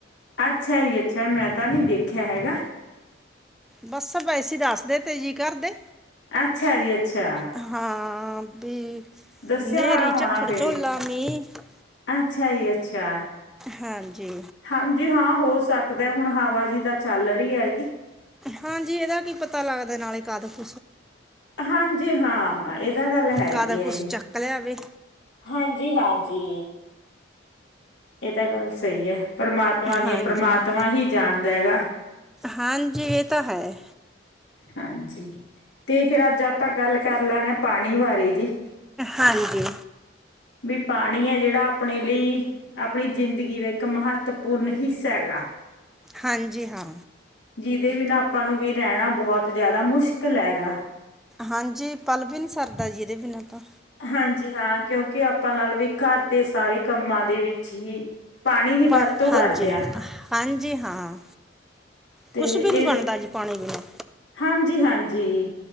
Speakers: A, on the left; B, in the centre.
A: ਅੱਛਾ ਜੀ ਅੱਛਾ ਮੈਂ ਤਾਂ ਨਹੀਂ ਦੇਖਿਆ ਹੈਗਾ‌।
B: ਬੱਸ ਵੈਸੇ ਦੱਸਦੇ ਤੇ ਜੀ ਘਰਦੇ
A: ਅੱਛਾ ਜੀ ਅੱਛਾ
B: ਹਾਂ। ਹਾਂ ਵੀ।
A: ਦੱਸਿਆ
B: ਹਨੇਰੀ
A: ਹੋਇਆ ਹੋਣਾ
B: ਝੱਖੜ
A: ਫਿਰ
B: ਝੋਲਾ
A: ਇਹ
B: ਮੀਂਹ
A: ਅੱਛਾ ਜੀ ਅੱਛਾ
B: ਹਾਂਜੀ
A: ਹਾਂਜੀ ਹਾਂ। ਹੋ ਸਕਦਾ ਹੁਣ ਹਵਾ ਜੀ ਤਾਂ ਚੱਲ ਰਹੀ ਹੈਗੀ
B: ਹਾਂਜੀ ਇਹਦਾ ਕੀ ਪਤਾ ਲੱਗਦਾ ਨਾਲੇ ਕਾਹਦਾ <inaudible>
A: ਹਾਂਜੀ ਹਾਂ ਏ ਗੱਲ ਹੈਗੀ
B: ਕਦ
A: ਆ
B: ਕੁਛ
A: ਜੀ
B: ਚੱਕ ਲਿਆਵੇ
A: ਹਾਂਜੀ ਜੀ ਹਾਂਜੀ ਇਹ ਤਾਂ ਗੱਲ ਸਹੀ ਹੈ ਪਰਮਾਤਮਾ ਦੀਆਂ
B: ਹਾਂਜੀ
A: ਪਰਮਾਤਮਾ ਹੀ ਜਾਣਦਾ ਹੈਗਾ
B: ਹਾਂਜੀ ਇਹ ਤਾਂ ਹੈ
A: ਹਾਂਜੀ ਤੇ ਫਿਰ ਅੱਜ ਆਪਾਂ ਗੱਲ ਕਰ ਲੈਣੇ ਹ ਪਾਣੀ ਬਾਰੇ ਜੀ
B: ਹਾਂਜੀ
A: ਵੀ ਪਾਣੀ ਹੈ ਜਿਹੜਾ ਆਪਣੇ ਲਈ ਆਪਣੀ ਜ਼ਿੰਦਗੀ ਦਾ ਇੱਕ ਮਹੱਤਵਪੂਰਨ ਹਿੱਸਾ ਹੈਗਾ
B: ਹਾਂਜੀ ਹਾਂ
A: ਕਿਤੇ ਵੀ ਨਾ ਆਪਾਂ ਨੂੰ ਵੀ ਰਹਿਣਾ ਬਹੁਤ ਜ਼ਿਆਦਾ ਮੁਸ਼ਕਿਲ ਹੈਗਾ
B: ਹਾਂਜੀ ਪਲ ਵੀ ਨੀ ਸਰਦਾ ਜਿਹਦੇ ਬਿਨਾਂ ਤਾਂ
A: ਹਾਂਜੀ ਹਾਂ ਕਿਉਂਕਿ ਆਪਾਂ ਨਾਲ ਵੀ ਘਰ ਦੇ ਸਾਰੇ ਕੰਮਾਂ ਦੇ ਵਿੱਚ ਹੀ ਪਾਣੀ ਦੀ
B: ਪਾ
A: ਵਰਤੋਂ ਕਰ
B: ਹਾਂਜੀ
A: ਦੇਆਂ
B: ਹਾਂਜੀ ਹਾਂ
A: ਤੇ
B: ਕੁਛ ਵੀ ਨਹੀਂ
A: ਇਹ
B: ਬਣਦਾ ਜੀ ਪਾਣੀ ਬਿਨਾਂ
A: ਹਾਂਜੀ-ਹਾਂਜੀ